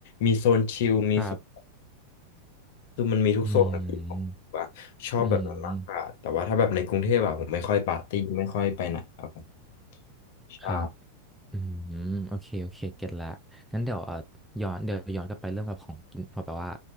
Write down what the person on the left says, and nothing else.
มีโซนชิลมีโซน
คือมันมีทุกโซนอะพี่ผมว่าชอบแบบนั้นมากกว่าแต่ว่าถ้าแบบในกรุงเทพอะผมไม่ค่อยปาร์ตี้ไม่ค่อยไปไหนครับผม
ใช่